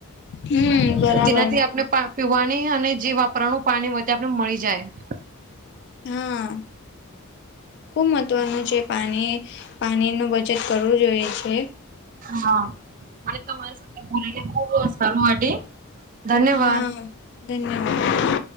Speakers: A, on the left (about 50°); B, on the right (about 40°).
A: હમ બરાબર
B: તો તેનાથી આપણે પા પીવાની અને જે વાપરાનું પાણી હોય તે આપને મળી જાય
A: હા, ખુબ મહત્વનું છે, પાણી પાણીનુ બચત કરવું જોએ છે.
B: હા, મને તમારી સાથે બોલીને ખુબ સારું માટે ધન્યવાદ!
A: હા ધન્યવાદ!